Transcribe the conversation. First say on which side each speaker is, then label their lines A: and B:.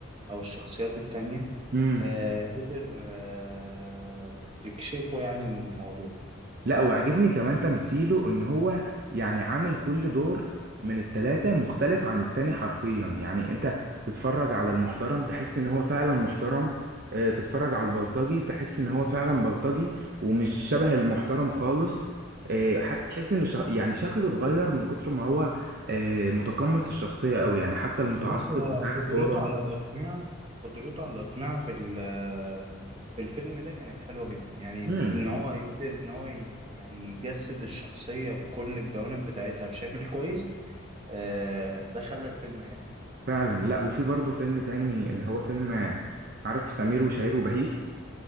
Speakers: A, on the right (about 30°); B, on the right (about 45°).
A: أو الشخصيات التانية
B: امم
A: آه قدر آه يكشفوا يعني الموضوع
B: لا وعجبني كمان تمثيله ان هو يعني عامل كل دور من التلاتة مختلف عن التاني حرفيا يعني انت تتفرج على المحترم تحس ان هو فعلا محترم آه، تتفرج على البلطجي تحس ان هو فعلا بلطجي ومش شبه المحترم خالص آه، حتى تحس ان ش... يعني شكله اتغير من كتر ما هو آه، متقمص الشخصية قوي يعني حتى المتعصب
A: بص هو
B: بتاع الكورة
A: قدرته على الإقناع قدرته على الإقناع في ال- في الفيلم ده كانت حلوة جدا يعني
B: امم
A: إن هو يقدر إن هو ي- يعني يجسد الشخصية بكل الجوانب بتاعتها بشكل كويس آه ده خلى الفيلم حلو
B: فعلا لا وفي برضه فيلم تاني اللي هو فيلم آه، عارف سمير وشهير وبهير